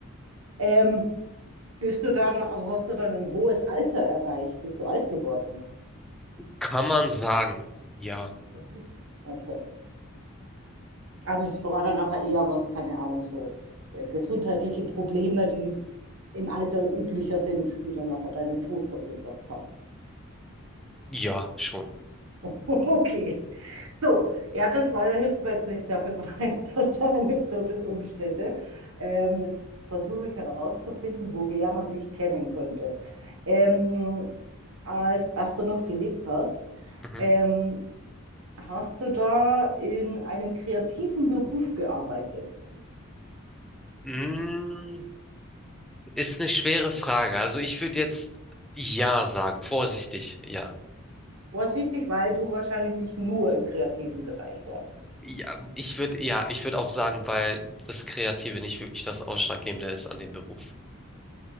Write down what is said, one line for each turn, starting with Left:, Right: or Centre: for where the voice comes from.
Right: Ähm, Bist du dann, also hast du dann ein hohes Alter erreicht? Bist du alt geworden?
Centre: Kann man sagen. Ja.
Right: Mhm. Okay. Also es war dann nachher eher was, keine Ahnung, so äh, gesundheitliche Probleme, die im Alter üblicher sind, die dann nachher deinen Tod verursacht haben. <laughs>
Centre: Ja, schon.
Right: Okay. So, ja, das war, hilft mir jetzt nicht sehr viel weiter, <laughs> deine Todesumstände. Ähm, jetzt versuche ich herauszufinden, woher man dich kennen könnte. Ähm, als, als du noch gelebt hast,
Centre: Mhm.
Right: ähm, Hast du da in einem kreativen Beruf gearbeitet?
Centre: Mm, Ist eine schwere Frage. Also ich würde jetzt ja sagen, vorsichtig, ja.
Right: Was wichtig, weil du wahrscheinlich nicht nur im kreativen Bereich warst.
Centre: Ja, ich würde ja, ich würde auch sagen, weil das Kreative nicht wirklich das Ausschlaggebende ist an dem Beruf.